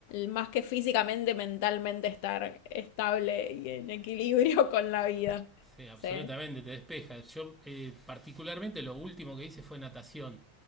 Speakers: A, on the left (about 45°); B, in the centre.
A: más que físicamente, mentalmente estar estable y en equilibrio <laughs> con la vida.
B: Sí, absolutamente,
A: Sí,
B: te despeja. Yo eh, particularmente lo último que hice fue natación